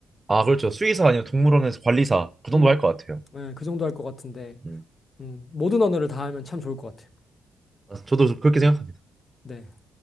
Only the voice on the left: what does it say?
음,
네, 그 정도 할 것 같은데,
음, 모든 언어를 다 하면 참 좋을 것 같아요.
네.